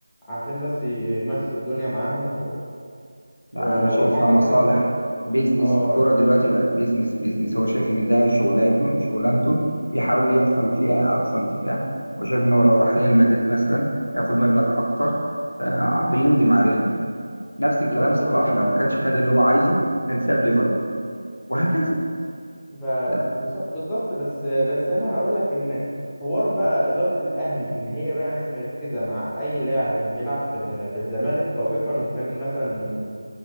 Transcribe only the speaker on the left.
لا انا
شايفها مصالح
بيزنس
الكرة دلوقتي بقت بيزنس بيزنس هو شايف ان ده شغلته شغلانته بيحاول يحصل فيها اقصى انتفاع وشايف ان هو لو راح ريال مدريد مثلا هياخد مبلغ اكتر فبيمضي مع ريال مدريد نفس الكلام
صلاح لو
ما كانش خد اللي هو عايزه كان ساب ليفربول وهكذا
ده